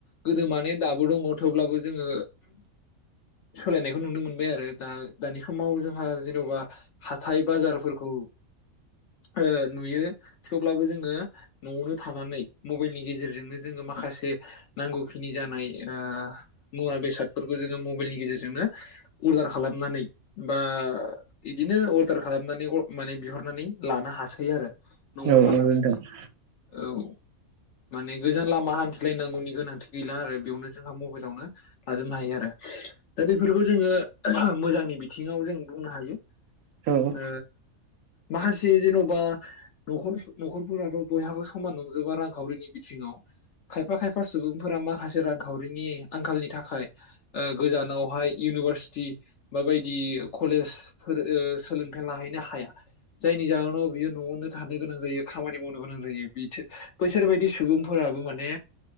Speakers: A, on the left; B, on the right.
A: गोदो माने दाबो दङ थेवब्लाबो जोङो। सोलायनायखौ नुनो मोनबाय आरो दा। दानि समाव जोंहा जेन'बा हाथाय बाजारफोरखौ। ओ नुयो थेवब्लाबो जोङो न'आवनो थानानै मबाइलनि गेजेरजोंनो जोङो। माखासे नांगौखिनि जानाय ओ मुवा बेसादफोरखौ जोङो मबाइलनि गेजेरजोंनो। उर्दार खालामनानै। बा बिदिनो अर्दार खालामनानै अ माने बिहरनानै लानो हासै आरो। न'आव
B: औ
A: थानानैनो
B: नंगौ नोंथां
A: औ। माने गोजान लामा हान्थिलायनांगौनि गोनांथि गैला आरो बेयावनो जोंहा मबाइलावनो लाजोबनो हायो आरो। दा बेफोरखौ जोङो मोजांनि बि थिङाव जों बुंनो हायो
B: औ औ
A: ओ माखासे जेन'बा न'खर न'खरफोराथ' बयहाबो समान नंजोबा रांखावरिनि बिथिङाव। खायफा खायफा सुबुंफोरा माखासे रांखावरिनि आंखालनि थाखाय ओ गोजानावहाय इउनिभारसिटि बा बाय दि कलेजफोर ओ सोलोंथाइ लाहैनो हाया। जायनि जाहोनाव बियो न'आवनो थानो गोनां जायो खामानि मावनो गोनां जायो बिथि बैसोर बायदि सुबुंफोरा आबो माने।